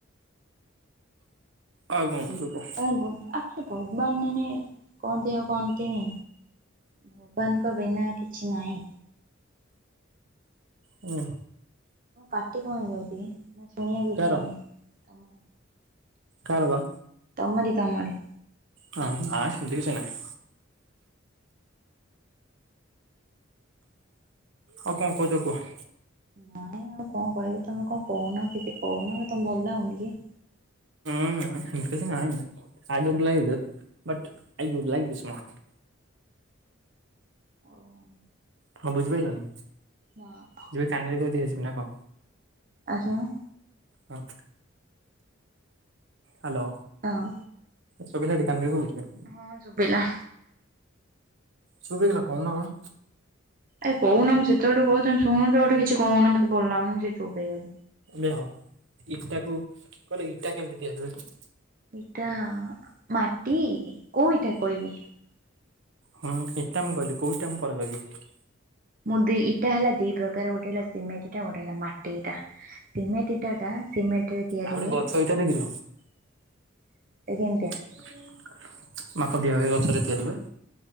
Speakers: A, on the right (about 65°); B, on the right (about 45°).
A: ଆଉ କଣ କହୁଛ କୁହ।
B: ଓହୋ ଆକ୍ଚୋଲି ଭଗବାନ ମାନେ କହନ୍ତି ଆଉ କହନ୍ତିନି ଭଗବାନଙ୍କ ବିନା କିଛି ନାହିଁ।
A: ହୁଁ।
B: ପାଟି କଣ ହେଇଯାଉଛି କି ଶୁଣିବାକୁ
A: କାର
B: ଇଚ୍ଛା ହଉନି। ତମର?
A: କାଳ ବା
B: ତମରି ତମରି।
A: ହଁ ଆଁ ସେମିତି କିଛି ନାହିଁ। ଆଉ କଣ କହୁଛ କୁହ।
B: ନାଇଁ ମୁଁ କଣ କହିବି ତମେ କଣ କହୁନ କିଛି କହୁନ ତମକୁ ଭଲ ଲାଗୁନି କି?
A: ନାଁ ସେମିତି କିଛି ନାହିଁ I don't like this but I do like this ମୋର।
B: <unintelligible>
A: କଣ ବୁଝି ପାଇଲନି।
B: ନାଁ <unintelligible>
A: ଯିବି କାନରେ କହିଦେଇଆସିବି ନା କଣ।
B: ଆସୁନ।
A: ହଁ। ହାଲୋ
B: ହଁ।
A: ଶୁଭିଲା ଟି କାନରେ କହୁଛି ପା।
B: ହଁ ଶୁଭିଲା।
A: ସୁଭିଗଲା କୋଉନ କଣ।
B: ଏ କହୁନ ମୁଁ ସେତେବେଳେ ଠୁ କହୁଛି ତମେ ଶୁନୁଛ ଗୋଟେ କିଛି କହୁନା ମତେ ଭଲ ଲାଗୁନି ସେ ଚୁପ୍ ହେଇଗଲି।
A: ମେୟ ଇଟାକୁ କହିଲ ଇଟା କେମିତି ତିଆରି ହୁଏ?
B: ଇଟା ମାଟି କୋଉ ଇଟା କହିବି।
A: ହଁ, ଇଟା ମୁଁ କହିଲି କୋଉ ଇଟା ମୁଁ ପରେ କହିବି।
B: ମୁଁ ଦିଇ ଇଟା ହେଲା ଦିଇ ପ୍ରକାର ଗୋଟେ ହେଲା ସିମେଣ୍ଟ ଇଟା ଗୋଟେ ହେଲା ମାଟି ଇଟା ସିମେଣ୍ଟ ଇଟା ଟା ସିମେଣ୍ଟ ରେ ତିଆରି
A: ଆଉ ଗୋଟେ
B: ହୁଏ
A: ଗଛ
B: ନା
A: ଏଇଟା ଦେଖିଛ
B: କେମିତିଆ।
A: <unintelligible> ମାପ ଦିଆ ହୁଏ ଗଛ ରେ ତିଆରି ହୁଏ।